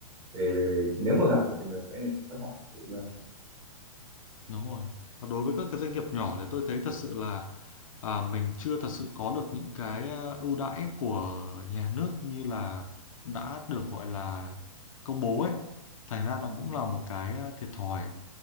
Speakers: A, on the right (about 15°); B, on the left (about 65°).
A: về về, về nếu mà gặp phải trường hợp ấy thì vất vả thật sự luôn
B: Đúng rồi. Và đối với các cái doanh nghiệp nhỏ thì tôi thấy thật sự là à, mình chưa thật sự có được những cái à, ưu đãi của nhà nước như là đã được gọi là công bố ấy. Thành ra nó
A: ừ.
B: cũng là một cái à, thiệt thòi.